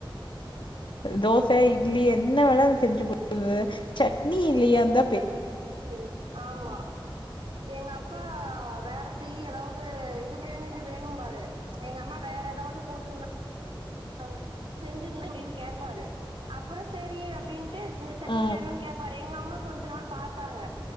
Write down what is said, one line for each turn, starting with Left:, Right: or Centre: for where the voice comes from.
Left: இதோ தோச இட்லி என்ன வேனா செஞ்சி குடு சட்னி இல்லையாந்த
Right: செஞ் ஆமா எங்க அப்பா வேற செயி ஏதாவது இது வேணு இது வேணும்பாரு எங்க அம்மா வேற ஏதாவது போட்ருந்தா டாங்க செஞ்சிருங்க அப்டினு கேபாரு அப்பற சேரி அப்டி டு இந்த சட்னி
Left: ஆ
Right: வேணுனு கேப்பாரு எங்க அம்மா கொஞ்ச நாள் பாத்தாங்க